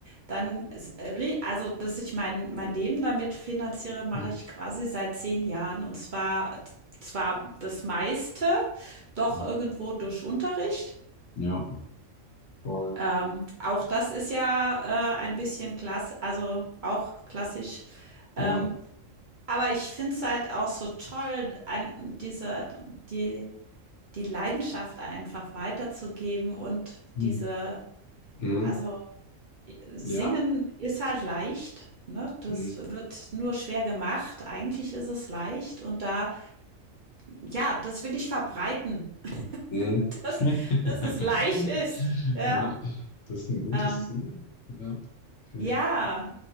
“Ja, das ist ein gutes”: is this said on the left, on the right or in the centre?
Left